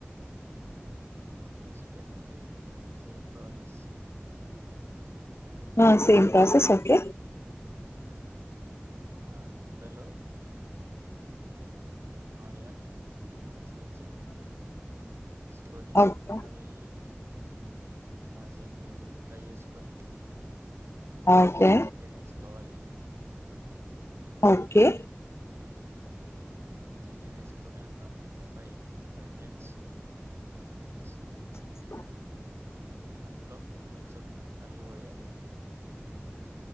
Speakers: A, on the right; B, on the left.
A: కుండ చికెన్ అంటే సేమ్ ప్రాసెస్
B: ఆ సేమ్ ప్రోసెస్
A: కాకపోతే
B: ఓకే
A: ఆ కుండలొ ఆనియన్ పచ్చిమిర్ చి వేసుకొని
B: ఓకే.
A: అవి కాసేపు ఫ్రై చేసుకొని
B: ఓకే.
A: చికెన్ వేసుకోవాలి
B: ఓకే
A: చికెన్ వేసుకొని ఒక ఫైవ్ ఫైవ్ మినిట్స్ ఉంచి
B: ఆ
A: అందులో కొంచెం కళ్ళు పోయాలి